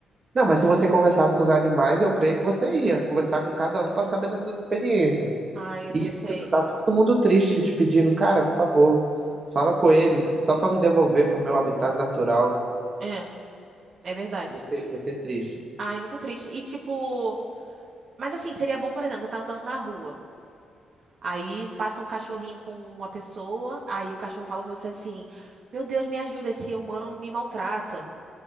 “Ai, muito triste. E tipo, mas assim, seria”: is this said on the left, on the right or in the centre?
Right